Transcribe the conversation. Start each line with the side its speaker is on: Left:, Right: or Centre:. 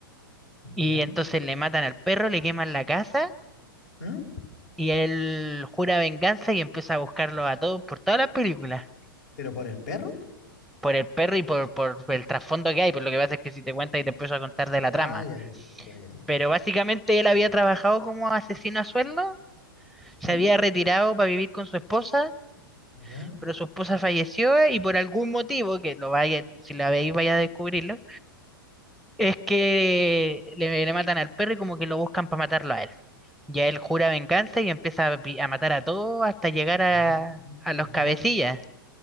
Left: ¿Ya?
Centre: Y entonces le matan al perro, le queman la casa
Left: ¿Eh?
Centre: y él jura venganza y empieza a buscarlo a todos por todas las películas.
Left: ¿Pero por el perro?
Centre: Por el perro y por, por el trasfondo que hay, por lo que pasa es que si te cuentas y te empiezo a contar de la trama.
Left: Ah, ya, ya, ya, ya, ya.
Centre: Pero básicamente él había trabajado como asesino a sueldo, se
Left: ¿Eh?
Centre: había retirado para vivir con su esposa,
Left: ¿Ya?
Centre: pero su esposa falleció y por algún motivo, que lo vaya, si la veis vaya a descubrirlo, Es que le, le matan al perro y como que lo buscan para matarlo a él. Ya él jura venganza y empieza a, pi- a matar a todos hasta llegar a,
Left: No, mira,
Centre: a los
Left: no,
Centre: cabecillas.
Left: no.